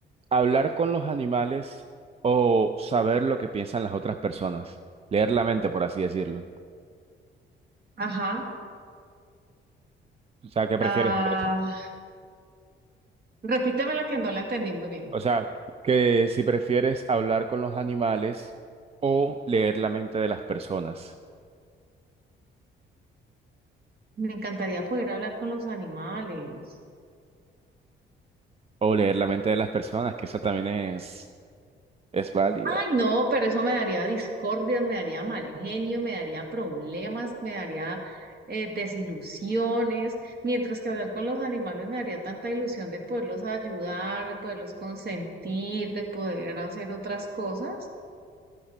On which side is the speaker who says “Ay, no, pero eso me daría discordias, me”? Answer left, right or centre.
Right